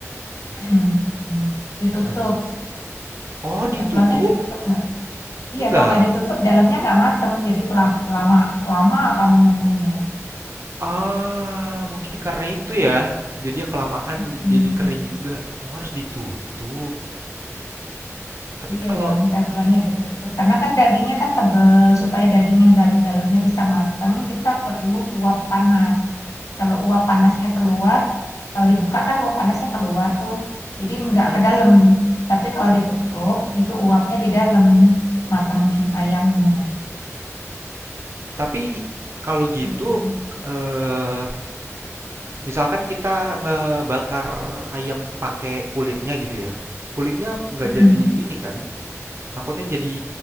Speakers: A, on the left; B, on the right.
A: Mm-mm, mm-mm. Ditutup,
B: Nah, oh ditutup?
A: teflonnya ditutup nggak? Iya,
B: Enggak.
A: kalau nggak ditutup, dalamnya nggak mateng. Jadi kelam- lama, lama kamu nunggunya.
B: Ah, mungkin karena itu ya. Jadi ya kelamaan
A: Mm-mm.
B: jadi kering juga. Oh, harus ditutup. Tapi
A: Iya
B: kalau
A: dong, teflonnya ditutup. Karena kan dagingnya kan tebel, supaya daging yang dalam-dalamnya bisa mateng, kita perlu uap panas. Kalau uap panasnya keluar, kalau dibuka kan uap panasnya keluar tuh, jadi nggak
B: Mm-mm.
A: ke dalam. Tapi kalau ditutup, itu uapnya di dalam, matengin ayamnya.
B: Tapi kalau gitu
A: Hmm.
B: eh misalkan kita ngebakar ayam pakai kulitnya gitu ya. Kulitnya nggak
A: Mm-mm.
B: jadi ini kan? Takutnya jadi